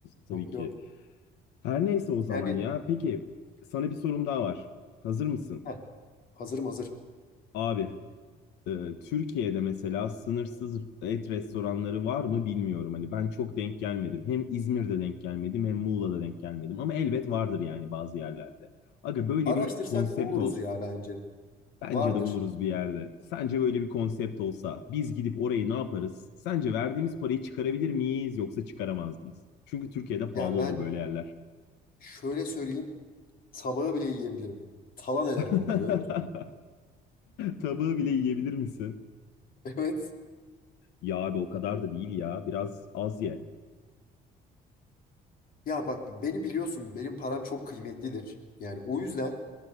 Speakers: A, on the left; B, on the left.
A: tabii
B: Yok
A: ki.
B: yok.
A: Her neyse o zaman
B: Yani
A: ya. Peki sana bir sorum daha var. Hazır mısın?
B: heh, hazırım hazır.
A: Abi e, Türkiye'de mesela sınırsız et restoranları var mı bilmiyorum. Hani ben çok denk gelmedim. Hem İzmir'de denk gelmedim hem Muğla'da denk gelmedim. Ama elbet vardır yani bazı yerlerde. Aga böyle
B: Araştırsak
A: bir konsept
B: buluruz
A: olsa
B: ya bence.
A: bence
B: Vardır.
A: de buluruz bir yerde. Sence böyle bir konsept olsa biz gidip orayı ne yaparız? Sence verdiğimiz parayı çıkarabilir miyiz yoksa çıkaramaz mıyız? Çünkü Türkiye'de pahalı
B: Ya ben
A: olur böyle yerler.
B: şöyle söyleyeyim. Sabahı bile yiyebilirim. Talan ederim
A: <laughs>
B: orayı öyle söyleyeyim.
A: Tabağı bile yiyebilir misin?
B: <laughs> Evet.
A: Ya abi o kadar da değil ya. Biraz az ye.
B: Ya bak beni biliyorsun. Benim param çok kıymetlidir. Yani o yüzden